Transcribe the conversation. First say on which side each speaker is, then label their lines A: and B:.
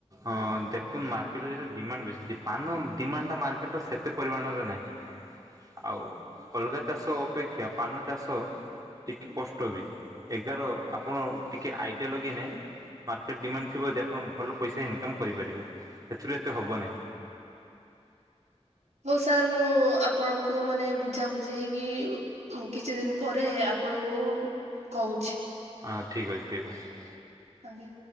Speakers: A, on the right; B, on the right.
A: ଅ ଦେ ନୁ ମାର୍କେଟରେ ଯେଟା ଡିମାଣ୍ଡ ବେଶୀ ଅଛି ପାନ ଡିମାଣ୍ଡଟା ମାର୍କେଟରେ ସେତେ ପରିମାଣରେ ନାହିଁ। ଆଉ ଅଲଗା ଚାଷ ଅପେକ୍ଷା ପାନ ଚାଷ ଟିକେ କଷ୍ଟ ବି ଏଗାର ଆପଣ ଟିକିଏ ଆଇଡ଼ିଆ ଲଗେଇନେ ମାର୍କେଟ ଡିମାଣ୍ଡ ଥିବ ଦି ଆପଣ ଭଲ ପଇସା ଇନକମ୍ କରିପାରିବେ ସେଥିରୁ ଏତେ ହବ ନାହିଁ।
B: ହଉ ସାର୍ ମୁଁ ଆପଣଙ୍କୁ ମାନେ ବୁଝାବୁଝି ହେଇକି ମୁଁ କିଛି ଦିନ ପରେ ଆପଣଙ୍କୁ କହୁଛି।
A: ଆ ଠିକ୍ ଅଛି ଠିକ୍ ଅଛି।
B: ଆଜ୍ଞା।